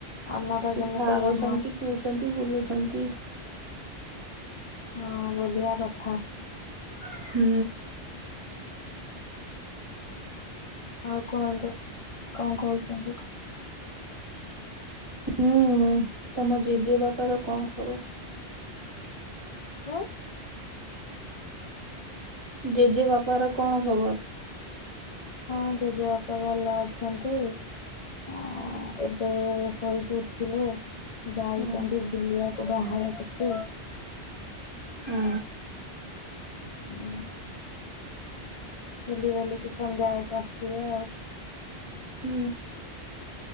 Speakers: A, on the left; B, on the right.
A: ଆମର ଯେମିତି
B: ଖାଉଛନ୍ତି
A: ଆମ
B: ପିଉଛନ୍ତି ବୁଲୁଛନ୍ତି।
A: ହଁ ବୁଲିଆ କଥା।
B: ହୁଁ।
A: ଆଉ କୁହନ୍ତୁ, କଣ କହୁଛନ୍ତି?
B: ହୁଁ ତମ ଜେଜେବାପାର କଣ ଖବର?
A: ଉଁ?
B: ଜେଜେ ବାପାର କଣ ଖବର?
A: ହଁ ଜେଜେବାପା ଭଲ ଅଛନ୍ତି-ଆ-
B: ହୁଁ
A: ଏବେ ଶୋଇକି ଉଠିଲେ, ଯାଇଥାନ୍ତି
B: ହୁଁ।
A: ବୁଲିବାକୁ ବାହାରେ ଟିକେ।
B: ଉଁ।
A: ହୁଁ। ବୁଲି ବାଲିିକି ସଂଧ୍ୟା ବେଳକୁ ଆସିବେ ଆଉ।
B: ହୁଁ।